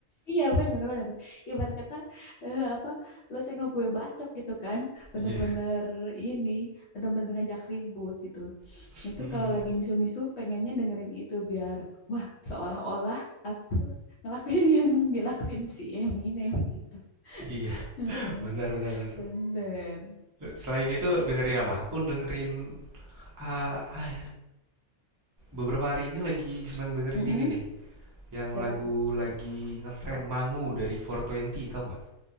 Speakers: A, on the left (about 60°); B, on the right (about 20°).
A: Iya bener-bener. Ibarat kata eh, apa? Lo senggol gue bacok gitu kan. Bener-bener
B: Iya.
A: ini, bener-bener ngajak ribut gitu.
B: <laughs>
A: Nah, itu
B: mm
A: kalau lagi misu-misu pengennya dengerin itu biar wah seolah-olah aku ngelakuin <laughs> yang dilakuin si Eminem gitu.
B: Iya,
A: Heeh,
B: benar benar benar.
A: Bener.
B: Selain itu dengerin apa? Aku dengerin ah, ah, beberapa hari ini lagi seneng dengerin
A: Mm-mm.
B: ini nih. Yang
A: Siapa
B: lagu
A: tuh?
B: lagi ngetren Mangu dari 420, tau nggak?